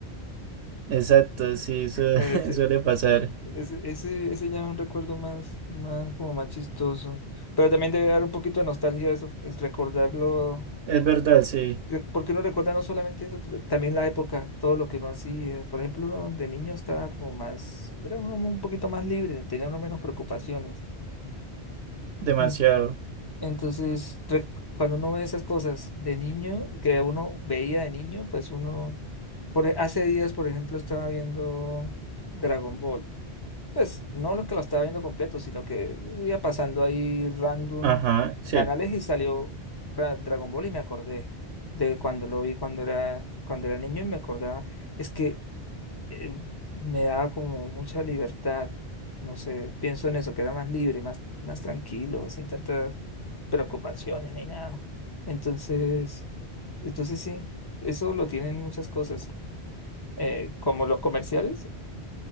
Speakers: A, on the right; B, on the left.
A: Exacto, sí, eso
B: <laughs> Bueno,
A: <laughs>
B: ese-
A: suele pasar.
B: Ese, ese, ese ya es un recuerdo más, más como más chistoso. Pero también debe dar un poquito de nostalgia eso, es recordarlo.
A: Es verdad, sí,
B: que- ¿Por qué uno recuerda no solamente eso, t- también la época, todo lo que uno hacía? Por ejemplo, uno de niño estaba como más, era uno un poquito más libre, tenía uno menos preocupaciones.
A: demasiado.
B: Mm. Entonces, re- cuando uno ve esas cosas de niño, que uno veía de niño, pues uno, por, e- hace días, por ejemplo, estaba viendo Dragon Ball. Pues no los que lo estaba viendo completo, sino que iba pasando ahí random
A: Ajá, sí.
B: canales y salió Ra- Dragon Ball y me acordé de cuando lo vi cuando era, cuando era niño y me acordaba. Es que eh, me daba como mucha libertad. No sé, pienso en eso, que era más libre, más, más tranquilo, sin tantas preocupaciones ni nada. Entonces, entonces sí, eso lo tienen muchas cosas, eh, como los comerciales